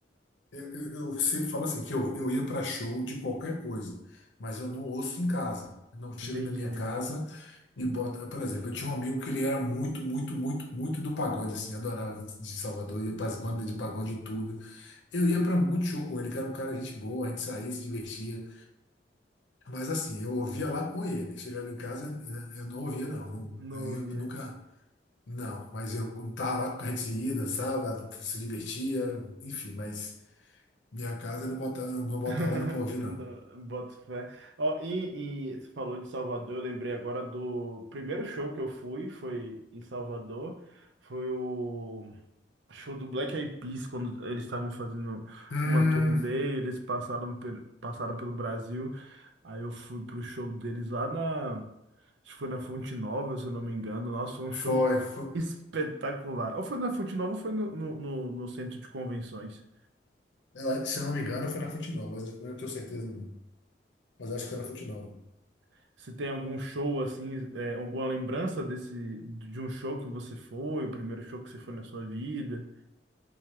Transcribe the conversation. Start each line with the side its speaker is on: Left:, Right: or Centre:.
Left: Eu, eu- eu sempre falo assim, que eu, eu ia para show de qualquer coisa, mas eu não ouço em casa. Eu não chego
Right: Entendi.
Left: na minha casa e boto. Por exemplo, eu tinha um amigo que ele era muito, muito, muito, muito do pagode, assim, adorava de Salvador, ia para as bandas de pagode e tudo. Eu ia para muito show com ele, que era um cara gente boa, a gente saía, se divertia. Mas assim, eu ouvia lá com ele. Chegava em casa, eu eu não ouvia, não. Não-
Right: Não
Left: Aí
Right: ouvia.
Left: eu nunca. Não, mas eu quando tava lá, a gente ia, dançava, se divertia, enfim, mas. Minha casa eu não botava, não, não botava
Right: <laughs>
Left: Ana pra ouvir, não.
Right: Não, Boto fé. Ó, e, e você falou de Salvador, eu lembrei agora do primeiro show que eu fui, foi em Salvador. Foi o Show do Black Eyed Peas, quando eles estavam fazendo
Left: Hum,
Right: uma turnê, eles passaram, pe- passaram pelo Brasil. Aí eu fui pro show deles lá na. Acho que foi na Fonte Nova, se eu não me engano. Nossa, foi um
Left: foi,
Right: show
Left: foi.
Right: espetacular. Ou foi na Fonte Nova ou foi no, no, no- no centro de convenções.
Left: Eu Se eu não me engano, foi na Fonte Nova, mas eu não tenho certeza, não. Mas acho que
Right: Eu-
Left: foi na Fonte Nova.
Right: Se tem algum show assim, é, alguma lembrança desse de um show que você foi, o primeiro show que você foi na sua vida?